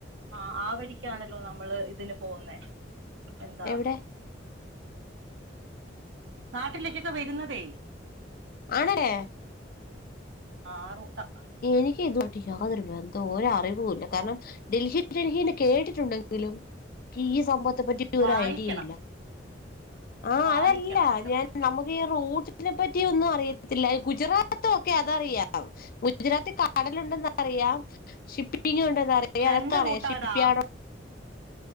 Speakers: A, on the right; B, on the left.
A: ആഹ ആ വഴിക്കാണല്ലോ നമ്മള് ഇതിന് പോന്നേ എന്താ..
B: എവിടെ
A: നാട്ടിലേക്കൊക്കെ വരുന്നതേ..
B: ആണ്ലേ..
A: ആറൂട്ടാ..
B: എനിക്ക് ഇതുവാട്ടി യാതൊരു ബന്ധോ ഒരറിവുല്ല കാരണം.. ഡൽഹി ഡൽഹി ന്ന് കേട്ടിട്ടുണ്ടെങ്കിലും കീ സംഭവത്തെ പറ്റി
A: വായിക്കണം
B: ഒരു ഐഡിയ. ഇല്ല.. ആഹ്
A: വായിക്കണം
B: അതല്ല
A: വല്ലപ്പോഴൊക്കെ
B: ഞാൻ നമ്മുക്ക് ഈ റോട്ട്. നെ പറ്റി ഒന്നും അറിയത്തില്ല ഗുജറാത്ത് ഒക്കെ അതറിയാം.. ഗുജറാത്തി കാടല ഉണ്ടന്ന് അറിയാം ഷിപ്പിങ്ങുണ്ടന്നറിയ
A: രണ്ട്
B: അതൊക്കെ അറിയാം
A: റൂട്ടാടാ
B: ഷിപ്പ് യാടോ